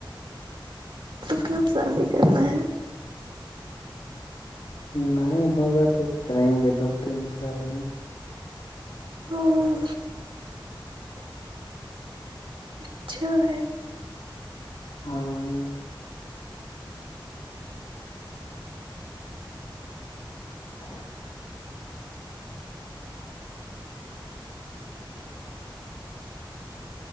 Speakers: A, on the right; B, on the left.
A: تو کب سادی کرنا ہے
B: نہیں ہوگا تو کریں گے دو تین سال میں
A: اوہ،
B: <inaudible>
A: اچھا ہے
B: ہاں ا <inaudible>